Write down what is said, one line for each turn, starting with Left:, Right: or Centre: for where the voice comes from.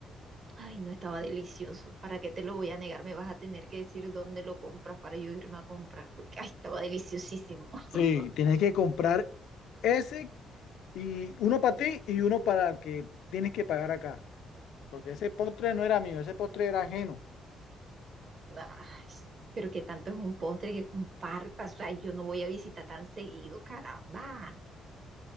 Right: Ay, no estaba delicioso. ¿Para qué te lo voy a negar? Me vas a tener que decir dónde lo compras para yo irme a comprar, porque ay, estaba deliciosísimo. <laughs>
Left: Sí, tienes que comprar ese y uno para ti y uno para el que tienes que pagar acá. Porque ese postre no era mío, ese postre era ajeno.
Right: Ay, pero que tanto es un postre que compartas. O sea, yo no voy a visitar tan seguido, caramba.